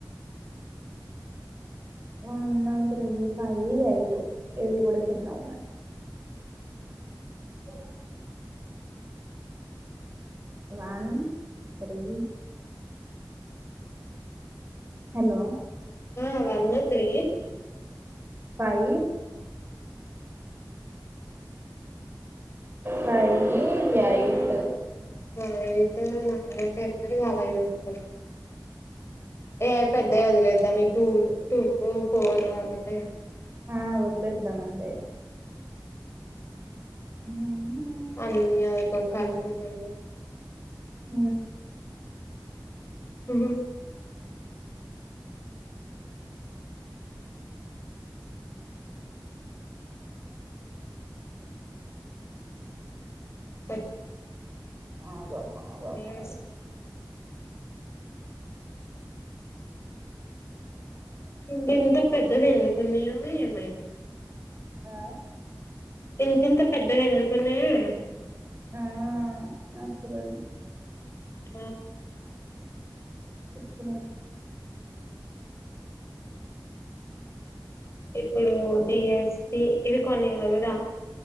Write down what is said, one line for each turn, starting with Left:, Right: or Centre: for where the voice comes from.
Right: ఆ one three five eight eight కూడా చిన్న ఉన్నాయి పో వన్ తథ్రీ హలో
Left: ఆ వన్ త్రీ
Right: భయి హై యిట్
Left: మతే నయా ప ఎన్న కావా చోసు ఏ పెద్ద వదిలేద్దా మీ టూ టూ ఫోరు అవన్నీ
Right: ఆ మద్లేద్దా మందే హ
Left: అన్నదిక కలిసిది
Right: అ
Left: హ ఆ
Right: ఆగమ్మ ఆగమ్మ
Left: ఏ
Right: ఆగ
Left: ఇంకెంత పెద్దవి ఎందుకు ఉన్నాయమో ఏమైంది
Right: ఆ
Left: ఇంత ఇంత పెద్దగా ఎన్నుకున్నాయా
Right: ఆ నస్తుదు
Left: ఆ
Right: ఇచ్చ మ
Left: ఇప్పుడు డిఎస్పి ఇవి కొన్ని అడుగుదాం